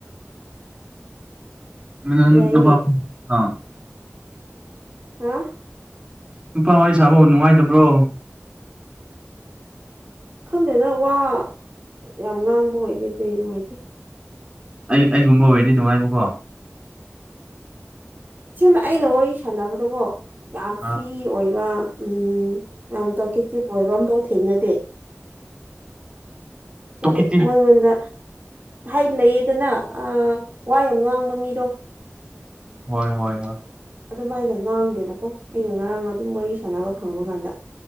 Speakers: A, on the right; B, on the right.
A: ꯑꯗꯨ ꯅꯪ
B: ꯌꯥꯏꯅꯦ
A: ꯅꯨꯄꯥ <unintelligible>
B: ꯍꯥ
A: ꯅꯨꯄꯥ ꯋꯥꯔꯤ ꯁꯥꯕꯨ ꯅꯨꯡꯉꯥꯏꯗꯕ꯭ꯔꯣ
B: ꯈꯟꯗꯦꯗ ꯋꯥ ꯌꯥꯝ ꯉꯥꯡꯕ ꯑꯣꯏꯗꯦ ꯗꯨꯏ ꯅꯨꯡꯉꯥꯏꯇꯦ
A: ꯑꯩ ꯑꯩꯒꯨꯝꯕ ꯑꯣꯏꯔꯗꯤ ꯅꯨꯡꯉꯥꯏꯕꯀꯣ
B: ꯁꯤꯃ ꯑꯩꯅ ꯋꯥꯔꯤ ꯁꯥꯟꯅꯕꯗꯀꯣ ꯌꯥꯝ
A: ꯑꯥ
B: ꯐ꯭ꯔꯤ ꯑꯣꯏꯕ ꯎꯝ ꯌꯥꯝ ꯇꯥꯀꯦꯇꯤꯞ ꯑꯣꯏꯕ ꯑꯝꯐꯥꯎ ꯊꯦꯡꯅꯗꯦ ꯍꯥꯏꯗꯤ
A: ꯇꯣꯀꯤꯇꯤꯞ
B: ꯃꯣꯏꯉꯣꯟꯗ ꯍꯥꯏ ꯂꯩꯌꯦꯗꯅ ꯑꯥ ꯋꯥ ꯌꯥꯝ ꯉꯥꯡꯕ ꯃꯤꯗꯣ
A: ꯍꯣꯏ ꯍꯣꯏ ꯍꯣꯏ
B: ꯑꯗꯨꯃꯥꯏꯅ ꯉꯥꯡꯗꯦꯕꯀꯣ ꯑꯩꯅ ꯉꯔꯥꯡ ꯑꯗꯨꯝ ꯋꯥꯔꯤ ꯁꯥꯟꯅꯕ ꯐꯪꯕ ꯀꯥꯟꯗ